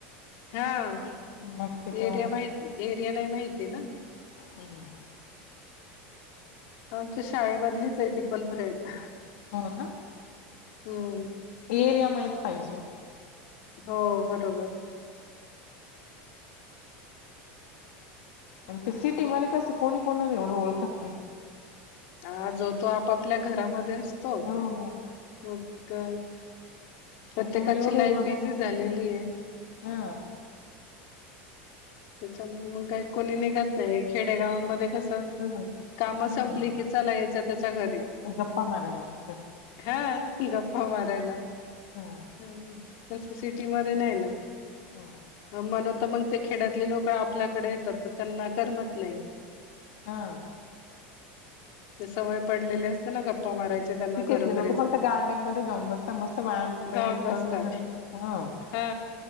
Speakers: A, on the left (about 60°); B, on the left (about 80°).
A: हा ते
B: मग तेव्हा
A: एरिया माहित, एरिया नाही माहिती ना.
B: हम्म.
A: आमच्या शाळेमधलीच आहे ती पण फ्रेंड.
B: हो ना
A: हम्.
B: एरिया माहीत पाहिजे.
A: हो बरोबर.
B: आणि ते सिटी मध्ये कसे कोणी कोणाला एवढं ओळखत नाही.
A: ह जो तो आपापल्या घरामध्ये असतो.
B: हो.
A: हो का प्रत्येकाची
B: त्याच्यामुळे एवढी
A: लाईफ
B: ओळख
A: बिझी
B: नाही.
A: झालेली आहे.
B: हा
A: त्याच्यामुळे मग काही कुणी निघत नाही खेडेगावांमध्ये कसं
B: तर,
A: काम
B: हम्म
A: संपली की चला याच्या त्याच्या घरी.
B: गप्पा मारायला ह
A: हा गप्पा मारायला.
B: हम्
A: हम्म तसं सिटी मध्ये नाही ना
B: हो.
A: म्हणून त मग ते खेड्यात तले लोक आपल्याकडे येतात तर त्यांना करमत नाही.
B: हा
A: ते सवय पडलेली असते ना गप्पा मारायचे. त्यांना
B: सिटीतले
A: घरोघरी
B: लोक
A: जाऊन
B: फक्त गार्डन मध्ये जाऊन बसता मस्त वायाम बियाम
A: जाऊन बसतात
B: करून <unintelligible> ह
A: हा